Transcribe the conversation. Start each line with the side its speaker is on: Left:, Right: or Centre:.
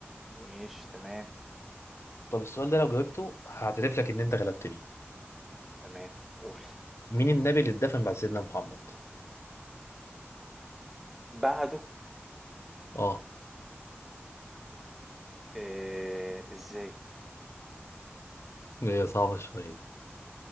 Centre: ماشي تمام
Left: طب السؤال ده لو جاوبته هعترف لك ان انت غلبتني
Centre: تمام قول
Left: مين النبي اللي اتدفن بعد سيدنا محمد
Centre: بعده
Left: اه
Centre: آه ازاي
Left: هي صعبة شوية